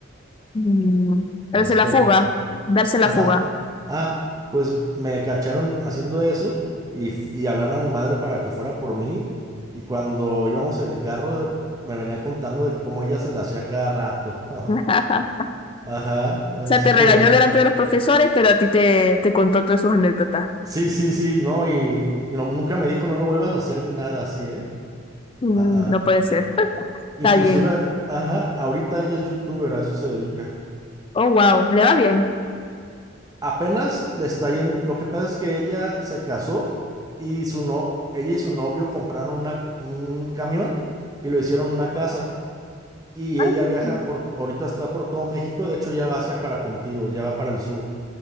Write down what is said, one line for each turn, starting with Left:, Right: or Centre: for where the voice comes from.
Left: Mm, Darse
Right: en la escuela?
Left: la fuga, darse la
Right: Ajá.
Left: fuga.
Right: Ah, pues me cacharon haciendo eso y, f- y hablaron a mi madre para que fuera por mí. Y cuando íbamos en el carro, me venía contando de cómo ella se la hacía cada rato. <laughs>
Left: <laughs>
Right: Ajá,
Left: O sea,
Right: así
Left: te
Right: como.
Left: regañó delante de los profesores, pero a ti te, te contó todas sus anécdotas.
Right: Sí, sí, sí, no, y, y no- nunca me dijo no lo vuelvas a hacer ni nada así, ¿eh?
Left: Mm,
Right: Ah, ah.
Left: No puede ser. <laughs> Está
Right: Inclusive,
Left: bien.
Right: ajá, ahorita ella es youtuber, a eso se dedica.
Left: Oh, wow, le va bien.
Right: Apenas le está yendo. Lo que pasa es que ella se casó y su no, ella y su novio compraron una, un camión y lo hicieron una casa. Y
Left: Ay,
Right: ella
Left: qué
Right: viaja
Left: chévere.
Right: por, to- ahorita está por todo México, de hecho ya va hacia para contigo, ya va para el sur.